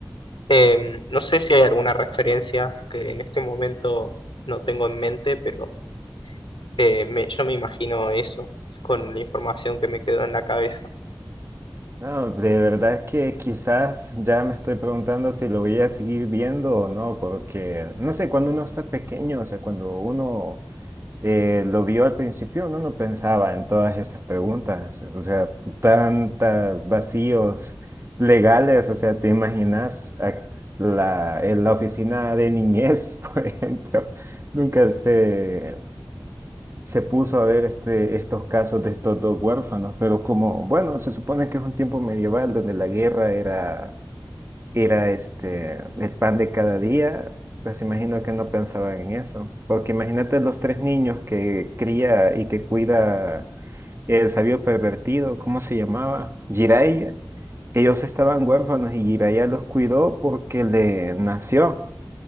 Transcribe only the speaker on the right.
No, de verdad que quizás ya me estoy preguntando si lo voy a seguir viendo o no, porque no sé, cuando uno está pequeño, o sea, cuando uno eh, lo vio al principio, uno no pensaba en todas esas preguntas, o sea, tantos vacíos legales, o sea, te imaginas a- la, en la oficina de niñez, <laughs> por ejemplo, nunca se, se puso a ver este, estos casos de estos dos huérfanos, pero como, bueno, se supone que es un tiempo medieval donde la guerra era era este, el pan de cada día, pues imagino que no pensaban en eso. Porque imagínate los tres niños que cría y que cuida el sabio pervertido, ¿cómo se llamaba? Jiraiya. Ellos estaban huérfanos y Jiraiya los cuidó porque le nació.